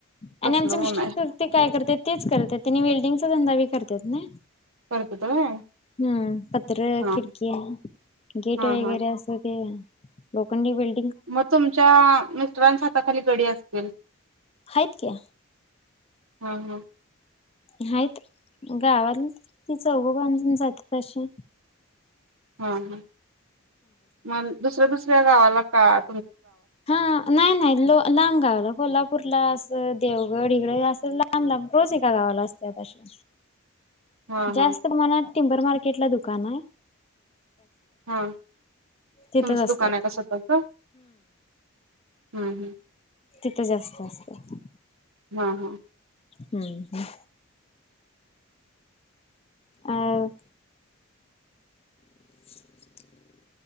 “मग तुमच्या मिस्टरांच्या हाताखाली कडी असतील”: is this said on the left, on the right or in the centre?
Right